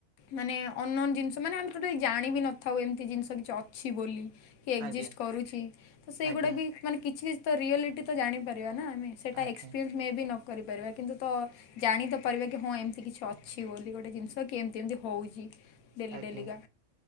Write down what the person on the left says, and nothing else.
ମାନେ ଅନନୋନ ଜିନିଷ ମାନେ ଆମେ ତେ ଟୋଟାଲି ଜାଣିବି ନଥାଉ ଏମିତି ଜିନିଷ କିଛି ଅଛି ବୋଲି। କି ଏକ୍ଜିଷ୍ଟ
କରୁଛି ତ ସେଇଗୁଡ଼ା
ବି ମାନେ କିଛି କିଛି ତ ରିଆଲିଟି ତ ଜାଣିପାରିବା ନା ଆମେ। ସେଟା
ଏକ୍ସପିରିଏନ୍ସ ମେ ବି ନ କରିପାରିବା କିନ୍ତୁ ତ ଜାଣି ତ ପାରିବାେ କି ହଁ ଏମିତି କିଛି ଅଛି ବୋଲି ଗୋଟେ ଜିନିଷ କି ଏମତି ଏମିତି ହଉଛି। ଡେଲି
ଡେଲିିକା